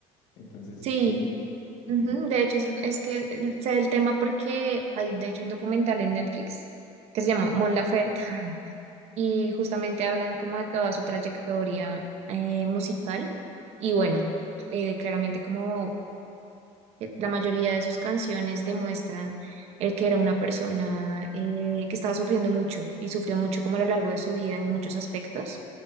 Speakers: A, on the left; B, on the right.
A: Entonces,
B: sí.
A: sí,
B: Ujú.
A: contigo.
B: De hecho, es, es que el- sé el tema porque hay, de hecho, un documental en Netflix que se llama Mon Laferte <laughs> y justamente hablan como de toda su trayectoria eh, musical y bueno, eh, claramente como que la mayoría de sus canciones demuestran el que era una persona eh, que estaba sufriendo mucho y sufrió mucho como a lo largo de su vida en muchos aspectos